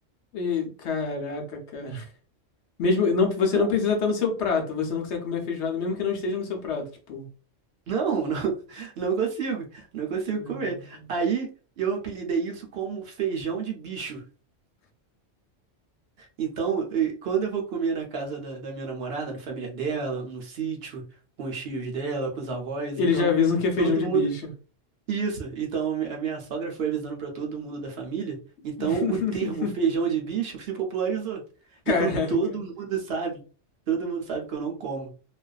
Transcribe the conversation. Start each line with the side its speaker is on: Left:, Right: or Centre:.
Left: E, caraca, cara. Mesmo, não, você
Right: Hã?
Left: não precisa estar no seu prato, você não consegue comer feijoada, mesmo que não esteja no seu prato, tipo.
Right: Não, não, <laughs> não consigo, não consigo
Left: Verdade.
Right: comer. Aí eu apelidei isso como feijão de bicho. Então, eh, quando eu vou comer na casa da, da minha namorada, na família dela, no sítio, com os tios dela, com os avós,
Left: Eles
Right: então
Left: já avisam que é feijão
Right: todo
Left: de
Right: mundo.
Left: bicho.
Right: Isso, então a minha sogra foi avisando para todo mundo da família, então
Left: <laughs>
Right: o termo feijão de bicho se popularizou.
Left: Caralho,
Right: Então todo
Left: cara.
Right: mundo sabe, todo mundo sabe que eu não como.